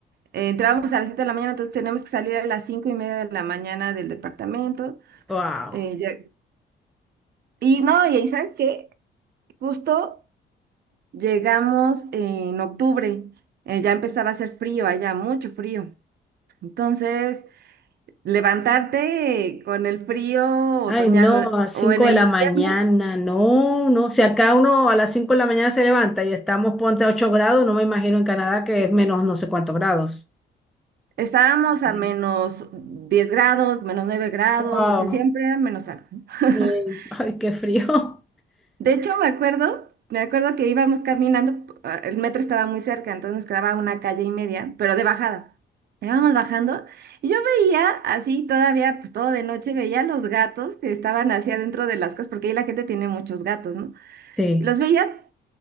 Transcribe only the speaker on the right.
Eh, entrábamos a las 7 de la mañana, entonces teníamos que salir a las 5 y media de la mañana del departamento.
eh, ya- y no, y ahí sabes que justo llegamos en octubre, eh, ya empezaba a hacer frío allá, mucho frío. Entonces, levantarte con el frío otoñal
o, o en el
invierno,
estábamos
a menos diez grados, menos nueve grados,
o sea, siempre era menos algo. <laughs>
De hecho, me acuerdo, me acuerdo que íbamos caminando, p- ah, el metro estaba muy cerca, entonces nos quedaba una calle y media, pero de bajada. Íbamos bajando y yo veía así todavía, pues todo de noche, veía los gatos que estaban hacia adentro de las casas, porque ahí la gente tiene muchos gatos, ¿no?
Y los veía